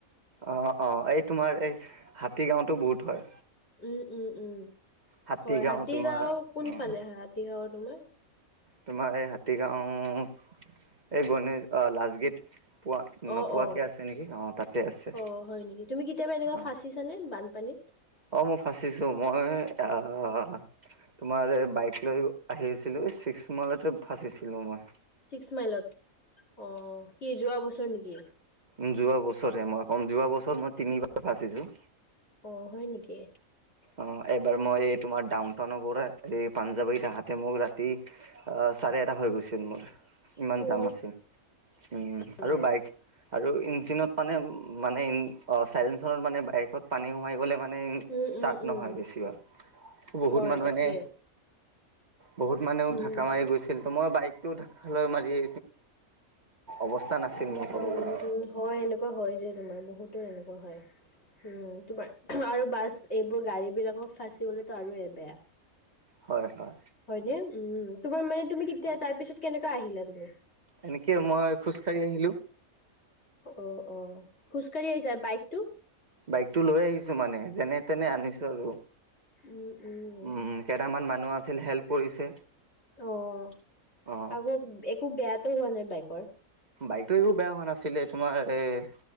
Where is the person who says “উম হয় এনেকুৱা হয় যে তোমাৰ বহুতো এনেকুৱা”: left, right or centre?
Left